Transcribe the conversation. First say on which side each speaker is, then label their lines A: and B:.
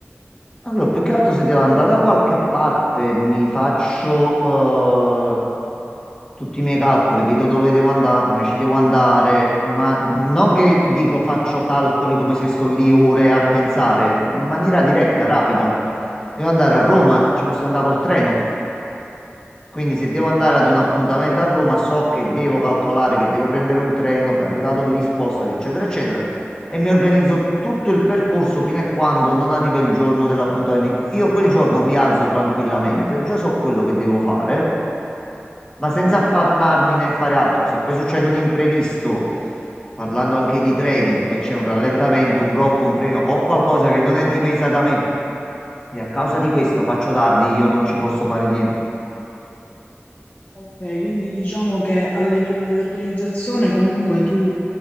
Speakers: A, on the left; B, on the left.
A: Allora, più che altro se devo andare da qualche parte, mi faccio eh, tutti i miei calcoli, vedo dove devo andare, come ci devo andare, ma non che dico faccio calcoli come se sto lì ore a pensare, in maniera diretta, rapida. Devo andare
B: Mhm.
A: a Roma, ci posso andare col treno. Quindi se devo andare ad un appuntamento a Roma, so che devo calcolare che devo prendere un treno, poi arrivato lì spostati, eccetera, eccetera, e mi organizzo tutto il percorso fino a quando non arriva il giorno dell'appuntamento. In cui- Io quel giorno mi alzo tranquillamente, già so quello che devo fare, ma senza affannarmi né fare altro. Se poi succede un imprevisto, parlando anche di treni, e c'è un rallentamento, un blocco, un freno o qualcosa che non è dipesa da me, e a causa di questo faccio tardi, io non ci posso fare niente.
B: Ok, quindi diciamo che a livello di organizzazione comunque tu